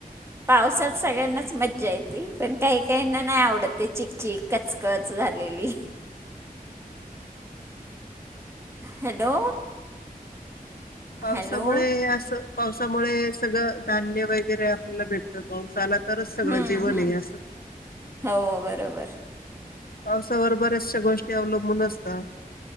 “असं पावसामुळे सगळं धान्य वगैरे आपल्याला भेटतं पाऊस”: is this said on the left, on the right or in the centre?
Left